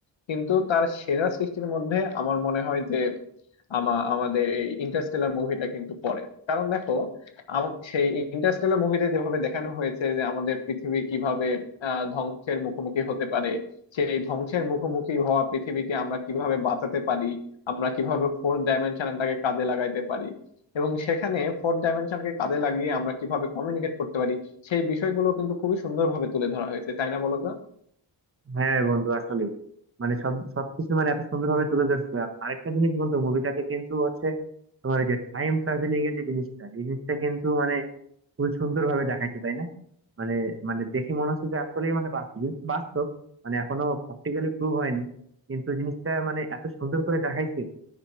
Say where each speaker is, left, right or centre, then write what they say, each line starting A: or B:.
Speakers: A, on the left; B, on the right.
A: কিন্তু তার সেরা সৃষ্টির মধ্যে আমার মনে হয় যে আমা আমাদের এই ইন্টারস্টেলার মুভিটা কিন্তু পড়ে কারণ দেখো আম- সেই ইন্টারস্টেলার মুভিতে যেভাবে দেখানো হয়েছে যে আমাদের পৃথিবী কিভাবে আহ, ধ্বংসের মুখোমুখি হতে পারে সেই ধ্বংসের মুখোমুখি হওয়া পৃথিবীকে আমরা কিভাবে বাঁচাতে পারি আমরা কিভাবে ফোর্থ ডাইমেনশনটাকে কাজে লাগাইতে পারি এবং সেখানে ফোর্থ ডাইমেনশনকে কাজে লাগিয়ে আমরা কিভাবে কমিউনিকেট করতে পারি সেই বিষয়গুলো কিন্তু খুবই সুন্দরভাবে তুলে ধরা হয়েছে তাই না বলো তো
B: হ্যাঁ বন্ধু আসলে মানে সব সবকিছু মানে এত সুন্দরভাবে তুলে ধরছে আর আরেকটা জিনিস বন্ধু মুভিটাতে কিন্তু হচ্ছে তোমার ওই যে টাইম ট্রাভেলিং এর যে জিনিসটা এই জিনিসটা কিন্তু মানে খুব সুন্দরভাবে দেখাইছে তাই না মানে মানে দেখে মনে হচ্ছে যে আসলেই মানে বাস্তব জিনিসটা বাস্তব মানে এখনো প্র্যাকটিক্যালি প্রুভ হয়নি কিন্তু জিনিসটা মানে এত সুন্দর করে দেখাইছে